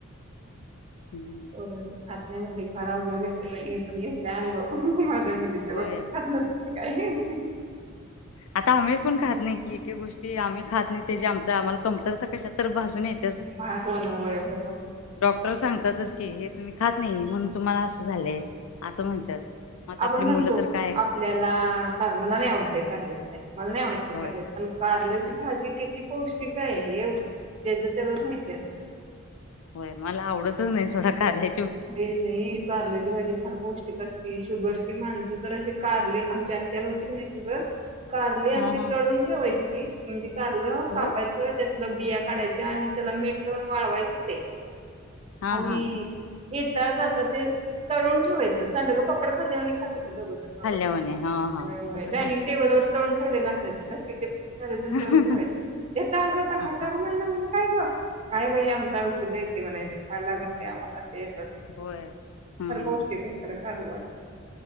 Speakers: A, on the left; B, on the right.
A: हम्म.
B: हो म्हणजे खात म्हणट परा हगरतव पणसल्या मी पण घेतला अनुभव मुली ते
A: होय
B: बघ ख ह ह.
A: आता आम्ही पण खात नाही एके गोष्टी आम्ही खात नाही ते जे आमच्या आम्हाला कमतरता कशात तर भाजून येत
B: भागव न वय म
A: डॉक्टर सांगतातच की हे तुम्ही खात नाही म्हणून तम्हा बाळ आसं झालंय असं म्हणतात. मग आता
B: आपण
A: आपली
B: म्हणतो
A: मुलं तर काय
B: आपल्याला कारण मला नाही आवडत बाई कारल्याची भाजी मला नाही आवडत ते कारले
A: होय.
B: पण कारल्याची भाजी किती पौष्टिक आहे हे जेच त्यालाच माहिती असत.
A: होय मला आवडतच नाही सोडा कारल्या
B: हे नाही कारल्याची भाजी फार पौष्टिक असत ते शुगरची माणसं तर असे कारले आमच्या आत्याला होतीकणी शुगर कारली आशी
A: हा हा.
B: तळून ठेवायची ती म्हणजे कारल
A: होय
B: कापायचं त्यातलं बिया काढायच्या आणि त्याला मीट लाऊन वाळवायचं ते
A: हा
B: आणि
A: हा
B: येता जाता ते तळून ठेवायचं सांडग पापड खाल्यावाणी खातात. तिनी दोघजन नवरा
A: खाल्ल्यावाणी
B: बायको
A: हा हा
B: व्हय व्हय
A: तसं
B: डायनिंग
A: खायच्या
B: टेबलवर तळून ठेवलेलं असायचं प्लास्टिक ते फरसाण टाळून
A: हा
B: ठेवायच ये ताज आता खायचं
A: हा
B: काय म्हटलं म काय गं काय बाई आमच औषध येतय म्हणायची खायला लागत नाही आम्हाला ते
A: होय हम्म
B: हर गोष्टी काहीतर कारल वाट